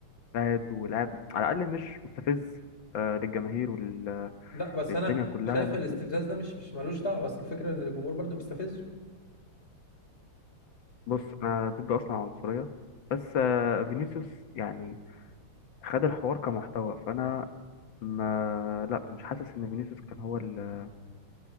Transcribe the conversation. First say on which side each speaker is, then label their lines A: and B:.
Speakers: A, on the left; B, on the left.
A: مجتهد ولاعب على الاقل مش مستفز آه للجماهير وللدنيا
B: لا بس انا
A: كلها
B: شايف
A: مثلا
B: الاستفزاز ده مش مش ملوش دعوة بس الفكرة ان الجمهور برضو بيستفزه
A: بص انا ضد اصلا العنصريه بس آه فينيسيوس يعني خد الحوار كمحتوى فانا ما لا مش حاسس ان فينيسيوس كان هو ال-